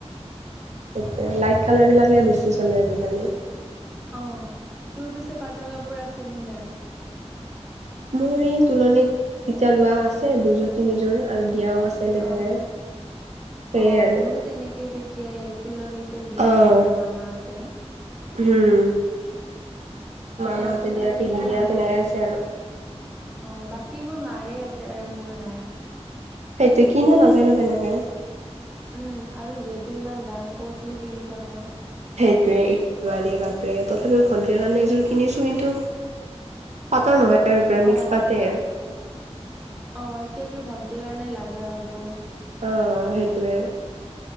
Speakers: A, on the right; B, in the centre.
A: তাকে লাইট কালাৰ বিলাকে বেছি চলে আজিকালি।
B: অ, তোৰ পিছে পাটৰ কাপোৰ আছে নে নাই?
A: মোৰ এই তোলনীত তেতিয়া লোৱা আছে, দুযোৰ তিনিযোৰ আৰু দিয়াও আছে। তেনেকে।
B: অ,
A: সেয়ে
B: অ
A: আৰু
B: মোৰো তেনেকে তেই তেতিয়াই, তোলনিতে দিয়া
A: অ',
B: আছিলে মামাহঁতে।
A: হম মামাহঁতে
B: তাৰ পিছত
A: দিয়া
B: আৰু
A: পেহী
B: এতিয়া
A: দিয়া
B: নাই
A: তেনেকে
B: আৰু।
A: আছে
B: অ বাকীবোৰ মাৰে আছে আৰু মোৰ নাই।
A: সেইটো কিনা নাযায় ন তেনেকে?
B: উম আৰু যিহেতু ইমান দাম ক'তনো কিনি থাক।
A: সেইটোৱে ই বীয়াৰ যে বাপৰে তথাপিও ভণ্টিৰ কাৰণে এযোৰ কিনিছো কিন্তু পাতৰ নহয়। আৰু পুৰা
B: অঁ,
A: মিক্স পাতে।
B: অঁ এতিয়া তোৰ ভন্টিৰ কাৰণে লাগা হ'ব।
A: অঁ সেইটোৱে।